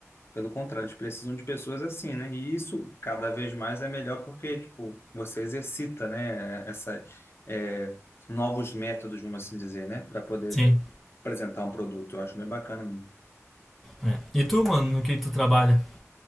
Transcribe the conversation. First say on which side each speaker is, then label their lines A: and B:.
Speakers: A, on the left; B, in the centre.
A: Pelo contrário, eles precisam de pessoas assim, né? E isso cada vez mais é melhor porque, tipo, você exercita, né? Essa, é, novos métodos, vamos assim dizer, né? Para poder
B: Sim.
A: apresentar um produto. Eu acho bem bacana mesmo.
B: é. E tu, mano, no que tu trabalha?